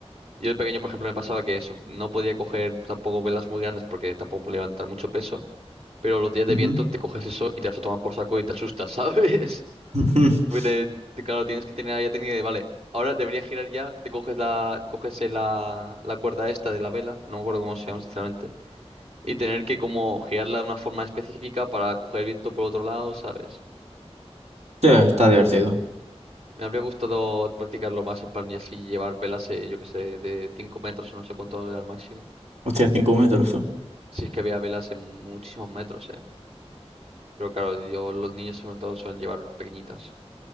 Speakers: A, on the right; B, on the right.
A: Yo de pequeño, por ejemplo, me pasaba que eso, no podía coger tampoco velas muy grandes porque tampoco podía levantar mucho peso, pero los días de
B: Ujú.
A: viento te coges eso y te vas a tomar por saco y te asustas, ¿sabes? <laughs>
B: <laughs>
A: Porque te, te- claro, tienes que tener ahí la técnica de, vale, ahora debería girar ya, te coges la, coges la, la cuerda esta de la vela, no me acuerdo cómo se llama, sinceramente y tener que como girarla de una forma específica para coger viento por otro lado, ¿sabes?
B: Sí, está divertido.
A: Me habría gustado practicarlo más en plan y así llevar velas, eh, yo que sé, de 5 metros o no sé cuánto era el máximo.
B: Hostia, cinco metros tú.
A: Si es que había velas en muchísimos metros, ¿eh? Pero claro, yo, los niños sobre todo suelen llevar pequeñitas.